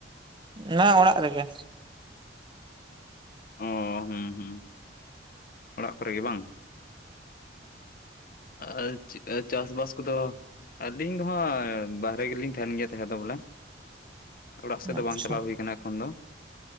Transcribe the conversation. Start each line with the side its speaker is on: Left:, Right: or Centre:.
Right: ᱱᱟ ᱚᱲᱟᱜ ᱨᱮᱜᱮ᱾
Left: ᱚ ᱦᱩᱸ ᱦᱩᱸ ᱚᱲᱟᱜ ᱠᱚᱨᱮ ᱜᱮ ᱵᱟᱝ?
Right: <unintelligible>
Left: ᱟᱨ ᱪᱤᱫ ᱠᱟ ᱪᱟᱥ ᱵᱟᱥ ᱠᱚᱫᱚᱼᱼ ᱟᱹᱞᱤᱧ ᱫᱚ ᱦᱟᱸᱜ ᱵᱟᱦᱨᱮ ᱜᱮᱞᱤᱧ ᱛᱟᱦᱮᱱ ᱜᱮᱭᱟ ᱛᱟᱦᱮᱸ ᱫᱚ ᱵᱚᱞᱮ᱾ ᱚᱲᱟᱜ ᱥᱮᱫ ᱫᱚ
Right: ᱟᱪᱪᱷᱟ
Left: ᱵᱟᱝ ᱪᱟᱞᱟᱣ ᱦᱩᱭ ᱟᱠᱟᱱᱟ ᱮᱠᱷᱚᱱ ᱫᱚ᱾